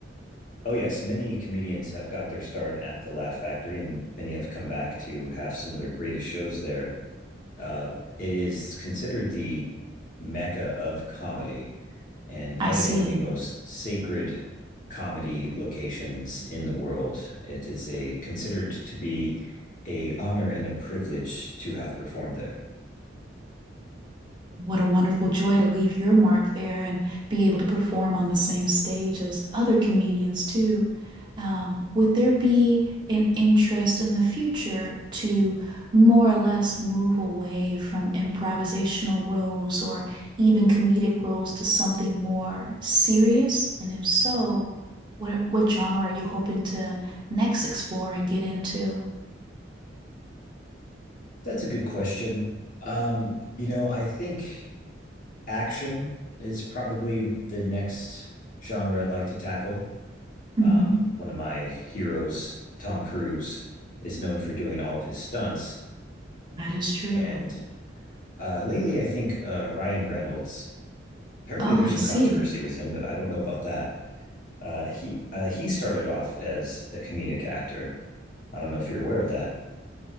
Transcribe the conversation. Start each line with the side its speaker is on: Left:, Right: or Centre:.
Left: Oh, yes, many comedians have got their start at the Laugh Factory, and many have come back to have some of their greatest shows there. Uh, it is considered the mecca of comedy. and probably
Right: I see.
Left: one of the most sacred comedy locations in the world. It is a considered to be a honor and a privilege to have performed there.
Right: What a wonderful joy to leave your mark there and be able to perform on the same stage as other comedians too. Um, would there be an interest in the future to more or less move away from improvisational roles or even comedic roles to something more serious? And if so, what what genre are you hoping to next explore and get into?
Left: That's a good question. Um, you know, I think action is probably the next genre I'd like to tackle.
Right: Mhm.
Left: Um, one of my heroes, Tom Cruise, is known for doing all of his stunts.
Right: That is true.
Left: And uh, lately, I think uh, Ryan Reynolds Apparently,
Right: Oh,
Left: there's some
Right: I see.
Left: controversy with him, but I don't know about that. Uh, he uh, he started off as a comedic actor. I don't know if you're aware of that.